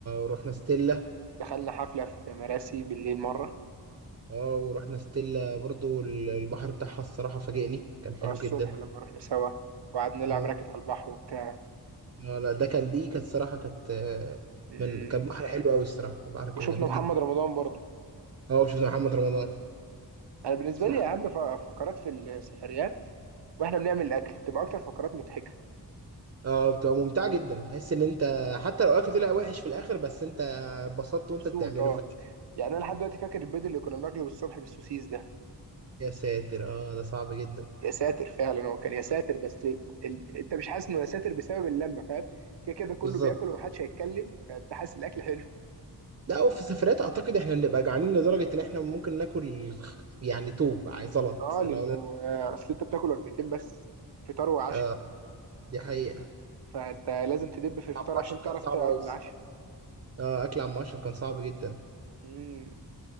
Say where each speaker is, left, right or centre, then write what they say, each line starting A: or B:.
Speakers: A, on the right; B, on the right.
A: رحنا ستيلا
B: دخلنا حفلة في مراسي بالليل مرة
A: أه ورحنا ستيلا برضو ال- البحر بتاعها الصراحة فاجئني كان حلو
B: آه، الصبح
A: جدا
B: لما رحنا سوا وقعدنا نلعب
A: آه،
B: راكت على البحر وبتاع
A: اه لا ده كان دي كانت صراحة كانت آه،
B: مم.
A: من كان بحر حلو قوي الصراحة البحر كان
B: وشفنا
A: جميل
B: محمد
A: جدا
B: رمضان برضه
A: اه شفت محمد رمضان
B: انا بالنسبه
A: بس محمد
B: لي اهم ف- فقرات في السفريات واحنا بنعمل الاكل تبقى اكتر فقرات مضحكه
A: اه بتبقى ممتعة جدا تحس ان انت حتى لو الاكل طلع وحش في الاخر بس انت اتبسطت
B: مبسوط
A: وانت بتعمله
B: اه
A: ف...
B: يعني انا لحد دلوقتي فاكر البيض اللي كنا بناكله الصبح بالسوسيس ده
A: يا ساتر اه ده صعب جدا
B: يا ساتر فعلا هو كان يا ساتر بس ليه؟ ال... انت مش حاسس انه يا ساتر بسبب اللمه فاهم كده كده كله
A: بالظبط
B: بياكل ومحدش هيتكلم فانت حاسس الاكل حلو
A: لا وفي السفرات اعتقد احنا بنبقى جعانين لدرجة ان احنا ممكن ناكل <laughs> يعني توب عايز زلط
B: اه
A: لو
B: لانه
A: ده
B: آه، اصل انت بتاكل وجبتين بس فطار وعشاء
A: اه دي حقيقة
B: فانت لازم تدب في الفطار
A: عم اشرف
B: عشان تعرف
A: كان صعب
B: تقعد
A: قوي الصراحة.
B: للعشاء
A: اه اكل عم اشرف كان صعب جدا
B: مم.